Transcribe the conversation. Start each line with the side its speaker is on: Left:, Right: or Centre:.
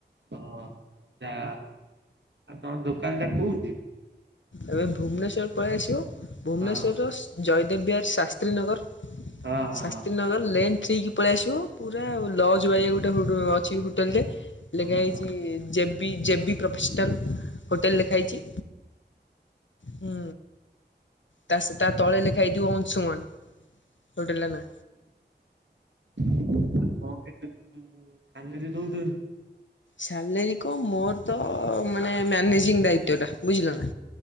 Right: ହଁ ଯା ହ ଉ ଆଉ ତମ ଦୋକାନଟା କୋଉଠି।
Left: ଏ ଯୋଉ ଭୁବନେଶ୍ଵର ପଳେଇ ଆସିବ ଭୁବନେଶ୍ୱରର
Right: ହଁ
Left: ଜୟଦେବ ବିହାର ଶାସ୍ତ୍ରୀ ନଗର।
Right: ହଁ ହଁ
Left: ଶାସ୍ତ୍ରୀ ନଗର ଲେନ୍ ଥ୍ରି କୀ ପଳେଇ ଆସିବ ପୁରା ଲଜ ବାଗିଆ ଗୋଟେ ଗୋଟେ ହୋଟ ଅଛି ହୋଟେଲ ଟେ
Right: ହଁ
Left: ଲେଖା ହେଇଛି
Right: ହଁ।
Left: ଯେ B J B professional hotel ଲେଖା ହୋଇଛି। ହୁଁ। ତା ସେ ତା ତଳେ ଲେଖା ହେଇଥିବ ଅଂଶୁମାନ ହୋଟେଲ ର ନା।
Right: ହଁ କେତି। ସାଲାରୀ ଦଉ ଛନ୍ତି।
Left: ସାଲେରୀ କଁ ମୋର ତ ମାନେ ମ୍ୟାନେଜିଂ ଦାୟିତ୍ୱ ଟା ବୁଝିଲ ନା।